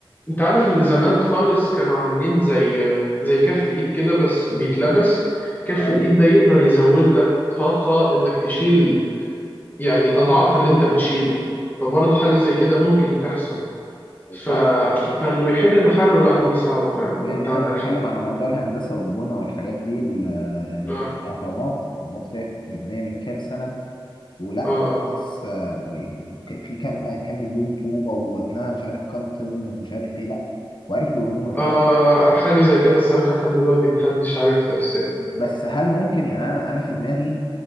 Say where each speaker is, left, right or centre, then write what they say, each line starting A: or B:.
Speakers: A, on the left (about 20°); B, on the left (about 60°).
A: انت عارف
B: أيوة.
A: ان زمان خالص كانوا عاملين زي زي كف ايد كده بس بيتلبس كف
B: آه.
A: الايد ده يقدر يزود لك طاقة انك تشيل يعني اضعاف اللي انت بتشيله فبرضه حاجة زي كده ممكن تحصل ف...
B: تعرف
A: فانه يحل محله لا دي صعبة فعلا
B: بما اننا
A: انت عندك
B: بنتكلم
A: حق
B: على موضوع الهندسه والبنى والحاجات دي ال-
A: اه
B: الاهرامات الاهرامات شايف مبنيه من كام سنه ولا
A: اه اه,
B: لسه وك- في كام آه، كام مليون طوبه ووزنها مش عارف كام طن ومش عارف ايه لا وعرفوا يبنوها
A: آه حاجة زي كده الصراحة لحد دلوقتي محدش عارف تفسيرها
B: بس هل ممكن يعني انا انا في دماغي